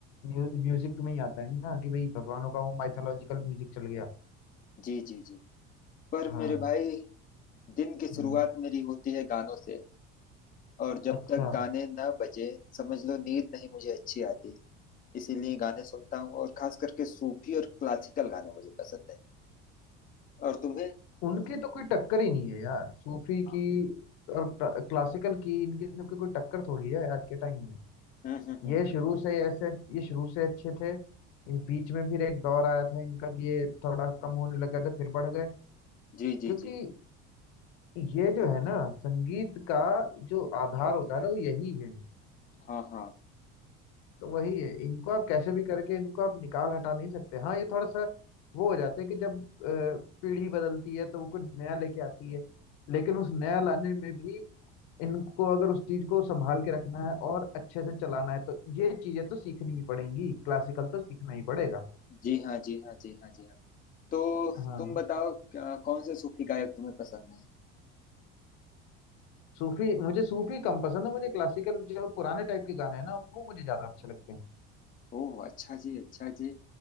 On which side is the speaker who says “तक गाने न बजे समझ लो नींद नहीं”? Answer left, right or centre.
Left